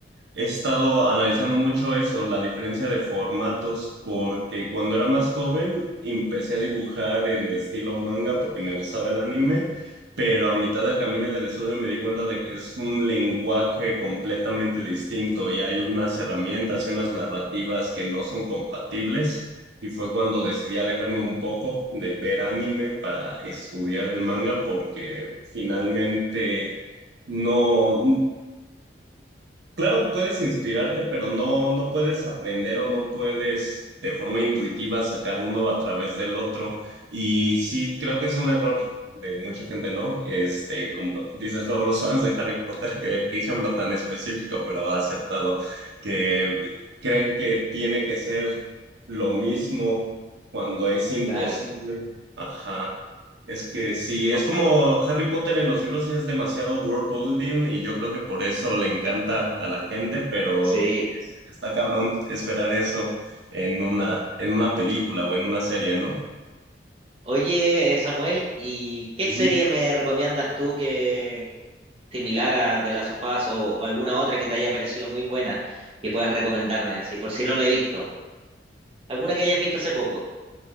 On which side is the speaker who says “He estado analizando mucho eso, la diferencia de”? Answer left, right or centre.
Right